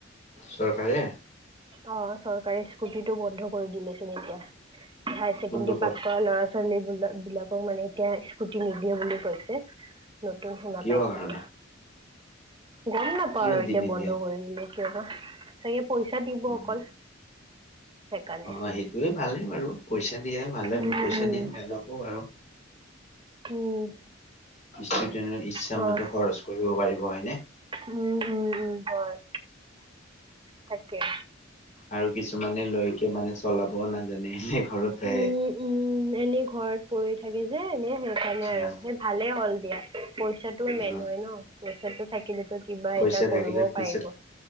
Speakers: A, on the left; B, on the right.
A: চৰকাৰে
B: অ' চৰকাৰে স্কুটিটো বন্ধ কৰি দিলেচোন এতিয়া। হায়াৰ ছেকেণ্ডাৰী
A: কোনটো কল
B: পাছ কৰা ল'ৰা ছোৱালীবিলাক বিলাক মানে এতিয়া স্কুটি নিদিয়ে বুলি কৈছে। নতুন সুনা
A: কিয়
B: পাইছিলো।
A: কাৰণে
B: গম নাপাওঁ
A: কিয়
B: আৰু এতিয়া
A: দি নিদিয়া
B: বন্ধ কৰি দিলে কিয় বা, চাগে পইচা দিব
A: উম
B: অকল। সেইকাৰণে
A: অ' সেইটোয়ে ভালেই বাৰু পইচা দিয়া ভালে
B: উম
A: পইচা দিয়া বেয়া নকৰো।
B: উম।
A: ষ্টুডেন্টৰ ইচ্ছা
B: হয়
A: মতে খৰচ কৰিব পাৰিব হয়নে?
B: উম, উম, উম, হয় তাকেই।
A: আৰু কিছুমানে লৈকে মানে চলাবও নাজানে এনে ঘৰত আহে।
B: উম উম, এনে ঘৰত পৰি থাকে যে এনে সেইকাৰণে
A: আহ
B: আৰু, সেই ভালেই হ'ল দিয়া পইচাটো
A: উম
B: মেইন হয় ন। পইছাটো থাকিলেতো কিবা
A: পইচা
B: এটা কৰিবও
A: থাকিলে পিছত
B: পাৰিব। উম